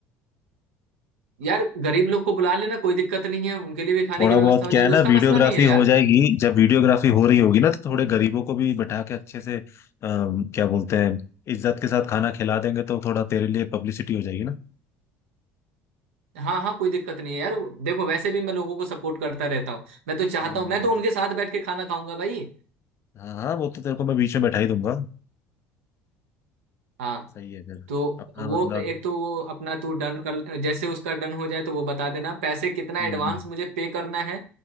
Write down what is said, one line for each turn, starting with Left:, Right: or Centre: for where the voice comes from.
Right: यार गरीब लोग को बुला लेना कोई दिक्कत नहीं है उनके लिए भी खाने
Left: थोड़ा
Right: की व्यवस्था
Left: बहुत
Right: हो
Left: क्या
Right: जाएगी
Left: है ना
Right: उसका
Left: वीडियोग्राफी
Right: मसला नहीं है यार
Left: हो जाएगी जब वीडियोग्राफी हो रही होगी ना तो थोड़े गरीबों को भी बैठा के अच्छे से अम, क्या बोलते हैं इज्जत के साथ खाना खिला देंगे तो थोड़ा तेरे लिए पब्लिसिटी हो जाएगी ना
Right: हाँ हाँ कोई दिक्कत नहीं है यार देखो वैसे भी मैं लोगों को सपोर्ट करता रहता हूँ मैं तो चाहता
Left: हम्म
Right: हूँ मैं तो उनके साथ बैठ के खाना खाऊंगा भाई
Left: हाँ हाँ वो तो तेरे को मैं बीच में बैठा ही दूंगा
Right: हाँ
Left: सही है फिर
Right: तो
Left: अपना
Right: वो
Left: मतलब
Right: एक तो वो अपना तू डन कर जैसे उसका डन हो जाए तो वो बता देना पैसे कितना
Left: हम्म
Right: एडवांस मुझे पे करना है